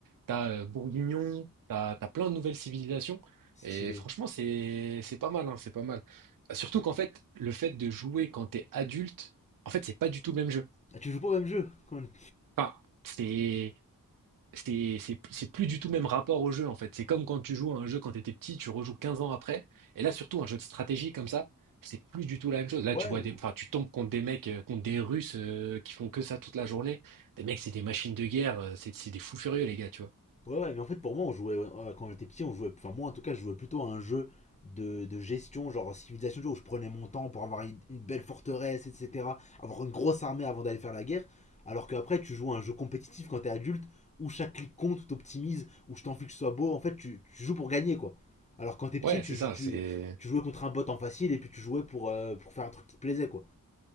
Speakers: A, on the right; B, on the left.
A: t'as euh, bourguignon, t'as, t'as plein de nouvelles civilisations.
B: Stylé.
A: Et franchement, c'est, c'est pas mal, hein, c'est pas mal. Surtout qu'en fait, le fait de jouer quand t'es adulte, en fait, c'est pas du tout le même jeu.
B: Ah, tu joues pas au même jeu quand même.
A: Enfin, c'est, c'est c'est- c'est plus du tout le même rapport au jeu en fait. C'est comme quand tu joues à un jeu quand tu étais petit, tu rejoues 15 ans après. Et là, surtout un jeu de stratégie comme ça, c'est plus du tout la même chose. Là,
B: Ouais,
A: tu vois des, enfin, tu tombes contre des mecs, euh, contre des Russes euh, qui font que ça toute la journée. Des mecs, c'est des machines de guerre, euh, c'est c'est des fous furieux les gars, tu vois.
B: Ouais, ouais, mais en fait, pour moi, on jouait, euh, quand j'étais petit, on jouait, enfin, moi en tout cas, je jouais plutôt à un jeu de, de gestion, genre civilisation, où je prenais mon temps pour avoir une, une belle forteresse, etc., avoir une grosse armée avant d'aller faire la guerre, alors qu'après, tu joues à un jeu compétitif quand t'es adulte, où chaque clic compte, où t'optimises, où je t'en fiche que ce soit beau, en fait, tu, tu joues pour gagner, quoi. Alors quand t'es petit,
A: Ouais,
B: tu,
A: c'est
B: jou-
A: ça,
B: tu,
A: c'est
B: tu jouais contre un bot en facile, et puis tu jouais pour, euh, pour faire un truc qui te plaisait, quoi.